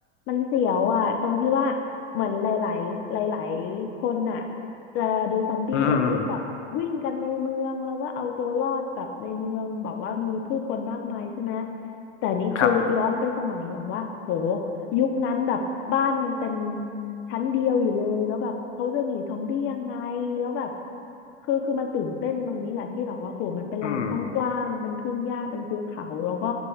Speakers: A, on the left; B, on the left.
A: มันเสียวอ่ะตรงที่ว่าเหมือนหลายๆหลายๆคนน่ะจะดูซอมบี้แบบเอ้ยแบบวิ่งกันในเมืองแล้วก็เอาตัวรอดแบบในเมืองแบบว่ามีผู้คนมากมายใช่ไหม
B: อืม
A: แต่นี่คือย้อนไปสมัยแบบว่าโห
B: ครับ
A: ยุคนั้นแบบบ้านยังเป็นชั้นเดียวอยู่เลยแล้วแบบเขาจะหนีซอมบี้ยังไงแล้วแบบคือคือมันตื่นเต้นตรงนี้แหละที่แบบว่าโหมันเป็นลานกว้างๆเป็นทุ่งหญ้าเป็นภูเขาแล้วก็
B: อืม